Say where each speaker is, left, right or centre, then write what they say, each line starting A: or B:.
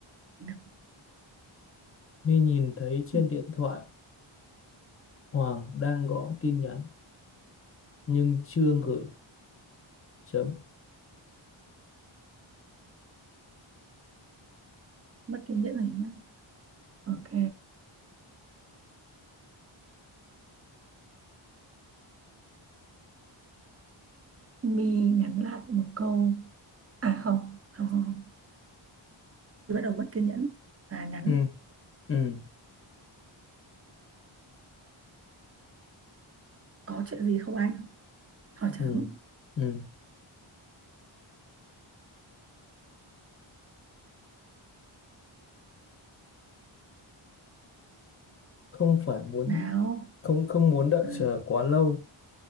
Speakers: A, on the right; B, on the left.
A: Được.
B: My nhìn thấy trên
A: Ừ,
B: điện thoại Hoàng đang gõ tin nhắn nhưng chưa gửi. Chấm.
A: mất kiên nhẫn rồi nhá ok Mi nhắn lại một câu à không không không không. My bắt đầu mất kiên nhẫn và nhắn
B: Ừ. Ừ.
A: có chuyện gì không anh hỏi
B: Ừ.
A: chấm
B: Ừ. không phải muốn
A: nào
B: không không muốn đợi
A: ừ.
B: chờ quá lâu